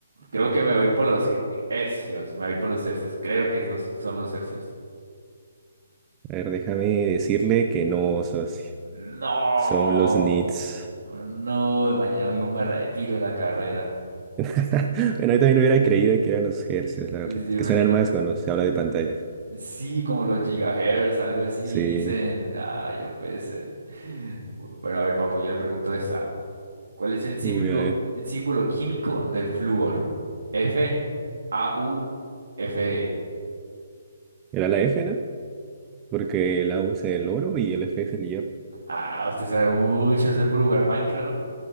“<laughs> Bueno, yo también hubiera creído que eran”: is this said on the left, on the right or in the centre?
Right